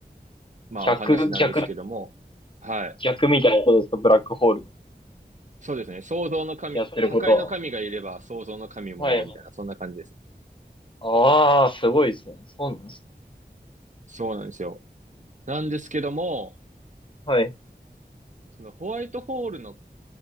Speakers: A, on the right; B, on the left.
A: まあ、
B: 逆、
A: お話なんですけども。
B: 逆、
A: はい。
B: 逆みたいなことですか、ブラックホールの。
A: そうですね。創造の神、
B: やってること
A: 破壊の神がいれば創造の神もいるみたいな、
B: は。はい。
A: そんな感じですね。
B: ああ、すごいですね。そうなんですね。
A: そうなんですよ。なんですけども、
B: はい。
A: そのホワイトホールの、